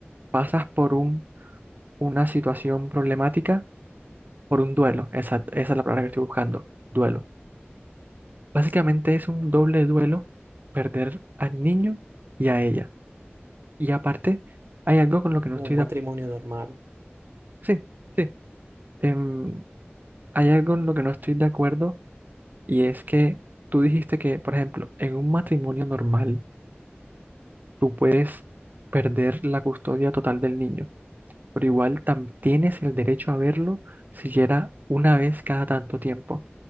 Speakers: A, on the right; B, on the right.
A: pasas por un, una situación problemática, por un duelo, exacto, esa es la palabra que estoy buscando, duelo. Básicamente es un doble duelo perder al niño y a ella. Y aparte, hay algo con lo que no
B: Un
A: estoy
B: matrimonio
A: de acuerdo.
B: normal.
A: Sí, sí. em, Hay algo en lo que no estoy de acuerdo y es que tú dijiste que, por ejemplo, en un matrimonio normal tú puedes perder la custodia total del niño, pero igual tam- tienes el derecho a verlo siquiera una vez cada tanto tiempo.